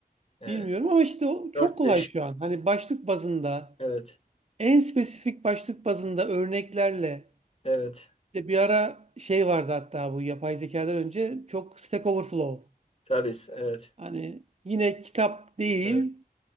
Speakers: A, on the left; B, on the right.
A: Ee,
B: Bilmiyorum ama işte o çok
A: 4-5.
B: kolay şu an. Hani başlık bazında,
A: Evet.
B: en spesifik başlık bazında örneklerle
A: Evet.
B: İşte bir ara şey vardı hatta bu yapay zekadan önce çok Stack Overflow.
A: Tabii. Evet.
B: Hani yine kitap değil
A: Evet.